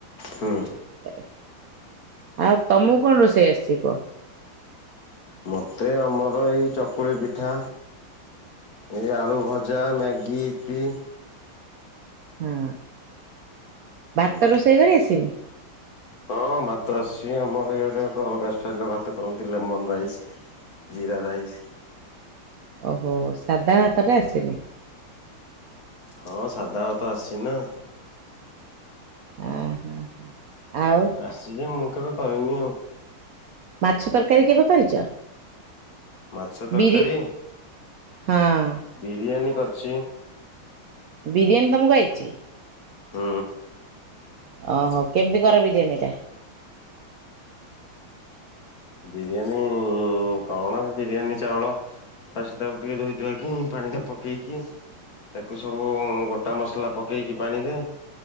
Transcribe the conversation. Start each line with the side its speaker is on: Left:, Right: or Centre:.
Left: ହୁଁ
Right: ତାରେ ଆଉ ତମକୁ କଣ ରୋଷେଇ ଆସିଚି କୁହ?
Left: ମତେ ଆମର ଏଇ ଚକୁଳି ପିଠା ଏଇ ଆଳୁ ଭଜା ମ୍ୟାଗି ୟିପି।
Right: ହଁ ଭାତ
Left: ହୁଁ
Right: ରୋଷେଇ କରି ଆସିନି?
Left: ହଁ ଭାତ ଆସିଚି। ଆମର ଇଆଡେ ଗୋଟେ ଅଲଗା ଷ୍ଟାଇଲର ଭାତ କରନ୍ତି ଲେମନ ରାଇସ୍। ଜିରା ରାଇସ୍।
Right: ଓହୋ ସାଧା ଭାତଟା ଆସିନି।
Left: ହଁ ସାଧା ଭାତ ଆସିଚି ନା।
Right: ଆ ହା ଆଉ?
Left: ଆସିଚି ଯେ ମୁଁ କେବେ କରିନି।
Right: ମାଛ ତରକାରୀ କେବେ କରିଚ?
Left: ମାଛ ତରକାରୀ
Right: ବିରି ହଁ।
Left: ବିରିୟାନୀ କରିଚି।
Right: ବିରିୟାନୀ ତମକୁ ଆଇଚି?
Left: ହୁଁ।
Right: ଓହୋ କେମିତି କର ବିରିୟାନୀ ଟା?
Left: ବିରିୟାନୀ କଣ ଏ ବିରିୟାନୀ ଚାଉଳ ଫାଷ୍ଟ ତାକୁ ଟିକେ ଧୋଇ ଧାଇକି ପାଣି ରେ ପକେଇକି ତାକୁ ସବୁ ଗୋଟା ମସଲା ପକେଇକି ପାଣି ରେ